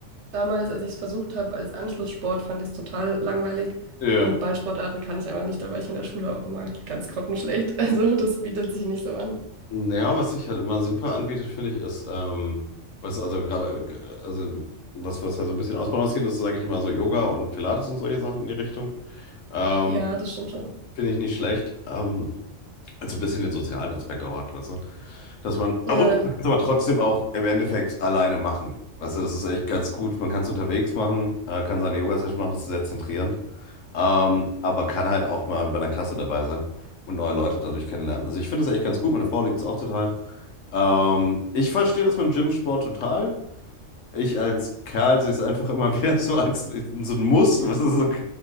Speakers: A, on the right (about 65°); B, on the left (about 75°).
A: damals, als ich es versucht habe als Anschlusssport, fand ich es total langweilig.
B: ja.
A: Und Ballsportarten kann ich aber nicht, da war ich in der Schule auch immer ganz grottenschlecht. <laughs> Also das bietet sich nicht so an.
B: Naja, was sich halt immer super anbietet, finde ich, ist, ähm, was also gerade, äh, also was, was ja so ein bisschen ausbalanciert ist, sage ich immer so Yoga und Pilates und solche Sachen in die Richtung. Ähm,
A: Ja, das stimmt schon.
B: finde ich nicht schlecht. Ähm, Also ein bisschen den sozialen Aspekt auch hat, weißt du? Dass man,
A: Ja,
B: aber man
A: ja,
B: kann's aber trotzdem auch im Endeffekt alleine machen. Weißt du, das ist echt ganz gut. Man kann es unterwegs machen, äh, kann seine Yoga-Session machen, das ist sehr zentrierend. Ähm, aber kann halt auch mal bei einer Klasse dabei sein und neue Leute dadurch kennenlernen. Also ich finde das echt ganz gut. Meine Frau liebt es auch total. Ähm, ich verstehe das mit dem Gym-Sport total ich als Kerl sehe es einfach immer <laughs> wieder so als so ein Muss. Was ist so,